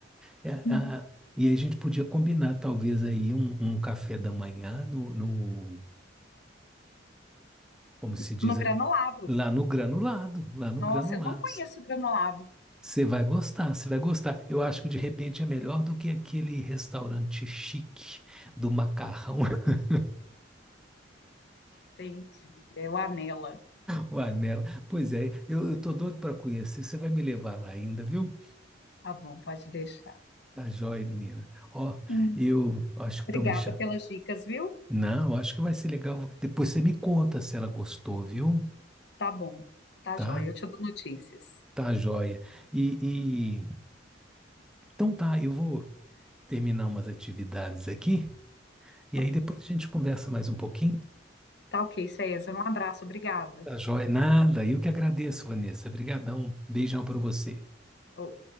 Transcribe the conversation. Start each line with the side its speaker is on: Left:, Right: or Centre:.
Centre: É, a-
Left: Uhum.
Centre: e a gente podia combinar, talvez, aí um, um café da manhã no, no- como se diz,
Left: No Granolado.
Centre: é, lá no granulado, lá no
Left: Nossa,
Centre: granulados.
Left: eu não conheço o Granolado.
Centre: Você vai gostar, você vai gostar. Eu acho que de repente é melhor do que aquele restaurante chique do macarrão, <laughs>
Left: Entendi. É o Anela.
Centre: o Anela. Pois é, eu, eu tô doido para conhecer. Você vai me levar lá ainda, viu?
Left: Tá bom, pode deixar.
Centre: Tá joia, menina. Ó,
Left: Hum.
Centre: eu acho que
Left: Obrigada
Centre: estão me chamando.
Left: pelas dicas, viu?
Centre: Não, eu acho que vai ser legal. Depois você me conta se ela gostou, viu?
Left: Tá bom. Tá
Centre: Tá?
Left: joia. Eu te dou notícias.
Centre: Tá joia. E, e- então tá, eu vou terminar umas atividades aqui e
Left: Tá,
Centre: aí depois a gente conversa mais um pouquinho.
Left: tá ok, César. Um abraço. Obrigada.
Centre: Tá joia? Nada. Eu que agradeço, Vanessa. Obrigadão. Beijão para você.
Left: Oh.